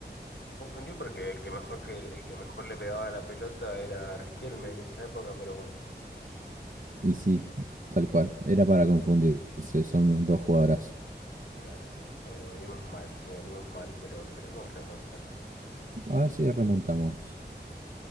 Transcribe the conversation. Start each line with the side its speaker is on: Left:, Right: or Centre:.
Left: Me confundí porque el que mejor que el que mejor le pegaba a la pelota era Riquelme en esa época, pero bueno,
Right: Y sí, tal cual, era
Left: pero
Right: para confundirse, son
Left: sí,
Right: dos jugadorazos.
Left: la verdad que sí. Bueno, venimos mal, che, venimos mal, pero esperemos remontar.
Right: A ver si remontamos.